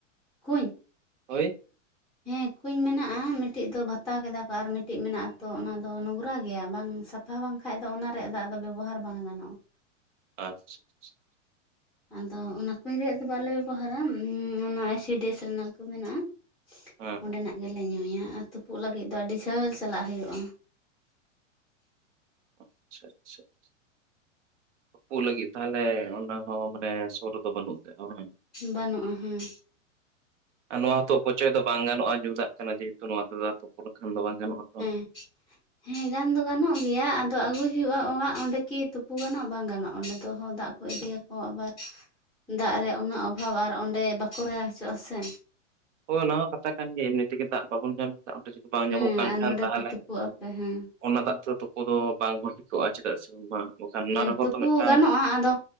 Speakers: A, in the centre; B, on the right.
A: ᱠᱩᱧ
B: ᱦᱳᱭ
A: ᱦᱮᱸ ᱠᱩᱧ ᱢᱮᱱᱟᱜᱼᱟ ᱢᱤᱫᱴᱤᱡ ᱫᱚ ᱵᱷᱟᱛᱟ ᱠᱮᱫᱟ ᱠᱚ ᱟᱨ ᱢᱤᱫᱴᱤᱡ ᱢᱮᱱᱟᱜᱼᱟᱛᱚ ᱚᱱᱟ ᱫᱚ ᱱᱚᱝᱨᱟ ᱜᱮᱭᱟ ᱵᱟᱝ ᱥᱟᱯᱷᱟ ᱥᱟᱯᱷᱟ ᱵᱟᱝ ᱠᱷᱟᱡ ᱫᱚ ᱚᱱᱟ ᱨᱮᱭᱟᱜ ᱫᱟᱜ ᱫᱚ ᱵᱮᱵᱚᱦᱟᱨ ᱵᱟᱝ ᱜᱟᱱᱚᱜᱼᱟ
B: ᱟᱪᱪᱷᱟ ᱟᱪᱪᱷᱟ
A: ᱟᱫᱚ ᱚᱱᱟ ᱠᱩᱧ ᱨᱮᱭᱟᱜ ᱫᱚ ᱵᱟᱞᱮ ᱵᱮᱵᱚᱦᱟᱨᱟ ᱚᱱᱟ ᱟᱭ. ᱥᱤ. ᱰᱤ. ᱮᱥ ᱱᱟᱞ ᱠᱚ ᱢᱮᱱᱟᱜᱼᱟ
B: ᱦᱮᱸ
A: ᱚᱸᱰᱮᱱᱟᱜ ᱜᱮᱞᱮ ᱧᱩᱭᱟ ᱟᱨ ᱛᱩᱯᱩᱜ ᱞᱟᱹᱜᱤᱫ ᱫᱚ ᱟᱹᱰᱤ ᱡᱷᱟᱹᱞ ᱪᱟᱞᱟᱜ ᱦᱩᱭᱩᱜᱼᱟ
B: ᱟᱪᱪᱷᱟ ᱟᱪᱪᱷᱟ ᱟᱪᱷᱟ ᱛᱩᱯᱩ ᱞᱟᱹᱜᱤᱫ ᱛᱟᱦᱚᱞᱮ ᱚᱱᱟ ᱦᱚᱸ ᱢᱟᱱᱮ ᱥᱩᱨ ᱨᱮᱫᱚ ᱵᱟᱹᱱᱩᱜ ᱛᱮ ᱵᱟᱝ?
A: ᱵᱟᱱᱩᱜᱼᱟ ᱦᱩᱸ᱾
B: ᱟᱨ ᱱᱚᱣᱟ ᱦᱚᱸᱛᱚ ᱚᱯᱚᱪᱚᱭ ᱫᱚ ᱵᱟᱝ ᱜᱟᱱᱚᱜᱼᱟ ᱧᱩᱫᱟᱜ ᱠᱟᱱᱟ ᱡᱮᱦᱮᱛᱩ ᱱᱚᱣᱟ ᱛᱮᱫᱚ ᱛᱳᱯᱳ ᱞᱮᱠᱷᱟᱱ ᱫᱚ ᱵᱟᱝ ᱜᱟᱱᱚᱜᱼᱟ᱾ ᱛᱚ
A: <inaudible> ᱦᱮᱸ ᱜᱟᱱ ᱫᱚ ᱜᱟᱱᱚᱜ ᱜᱮᱭᱟ, ᱟᱫᱚ ᱟᱹᱜᱩᱭ ᱦᱩᱭᱩᱜᱼᱟ ᱚᱲᱟᱜ ᱚᱸᱰᱮ ᱠᱤ ᱛᱩᱯᱩ ᱜᱟᱱᱚᱜᱼᱟ ᱵᱟᱝ ᱜᱟᱱᱚᱜᱼᱟ ᱚᱸᱰᱮ ᱫᱚ ᱫᱟᱜ ᱠᱚ ᱤᱫᱤᱭᱟᱠᱚ ᱟᱵᱟᱨ ᱫᱟᱜ ᱨᱮᱭᱟᱜ ᱩᱱᱟᱹᱜ ᱚᱵᱷᱟᱵᱽ ᱟᱨ ᱚᱸᱰᱮ ᱵᱟᱠᱚ ᱨᱮᱭᱟᱲ ᱦᱚᱪᱚᱜᱼᱟ ᱥᱮ᱾
B: ᱦᱳᱭ ᱚᱱᱟ ᱦᱚᱸ ᱠᱟᱛᱷᱟ ᱠᱟᱱ ᱜᱮᱭᱟ ᱮᱢᱱᱤ ᱛᱮᱜᱮ ᱫᱟᱜ ᱵᱟᱵᱚᱱ ᱧᱟᱢᱫᱟ ᱚᱸᱰᱮ ᱡᱩᱫᱤ ᱵᱟᱝ
A: ᱦᱮᱸ
B: ᱧᱟᱢᱚᱜ ᱠᱟᱱ
A: ᱟᱨ
B: ᱠᱷᱟᱱ
A: ᱱᱚᱸᱰᱮ
B: ᱛᱟᱦᱟᱞᱮ
A: ᱯᱮ ᱛᱩᱯᱩᱜ ᱟᱯᱮ ᱦᱮᱸ
B: ᱚᱱᱟ ᱫᱟᱜ ᱛᱮᱫᱚ ᱛᱩᱯᱩ ᱫᱚ ᱵᱟᱝ ᱦᱚᱸ ᱴᱷᱤᱠᱟᱹᱜᱼᱟ ᱪᱮᱫᱟᱜ ᱥᱮ ᱵᱟᱝ ᱵᱟᱠᱷᱟᱱ ᱚᱱᱟ
A: ᱦᱮᱸ
B: ᱨᱮᱦᱚᱸ
A: ᱛᱩᱯᱩ
B: ᱛᱚ ᱢᱤᱫᱴᱟᱝ
A: ᱜᱟᱱᱚᱜᱼᱟ, ᱟᱫᱚ